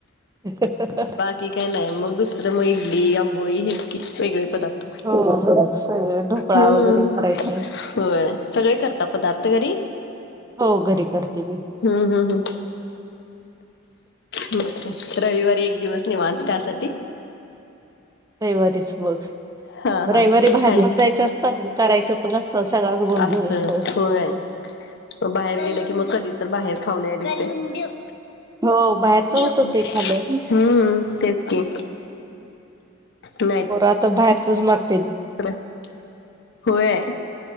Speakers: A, on the right; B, on the left.
A: <unintelligible>
B: की काही नाही मग दुसरं त मग इडली, आंबोळी हेच की वेगळे पदार्थ.
A: हो. सगळ ढोकळा
B: हम्म
A: वगैरे करायचा.
B: होय सगळे करता पदार्थ घरी
A: हो घरी करते मी.
B: हम्म. हम्म. हम्म. रविवारी एक दिवस निवांत त्यासाठी.
A: रविवारीच मग.
B: हा
A: रविवारी
B: हा
A: बाहेर
B: काय
A: पण जायच असत. करायचं पण असतं. सगळाच गोंधळ
B: असत
A: असतो.
B: होय बाहेर गेलं की मग कधी तर बाहेर खाऊन याय लागत.
A: हो बाहेरच होतच
B: हम्म.
A: आहे खालं
B: हं. तेच की. नाही.
A: पोर आता बाहेरचच माग-
B: <unintelligible> होय